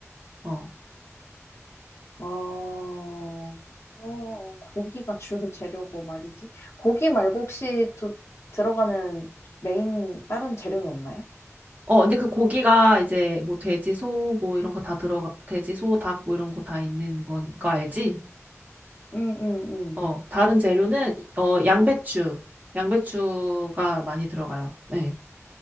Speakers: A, on the right (about 30°); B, on the left (about 60°).
A: 어.
B: 어, 어, 고기가 주 재료고 말이지. 고기 말고 혹시 두, 들어가는 메인 다른 재료는 없나요?
A: 어, 근데 그 고기가 이제 뭐 돼지, 소, 뭐 이런 거 다 들어가, 돼지, 소, 닭 뭐 이런 거 다 있는 건 거 알지?
B: 음, 음, 음.
A: 어, 다른 재료는 어, 양배추. 양배추가 많이 들어가요. 네.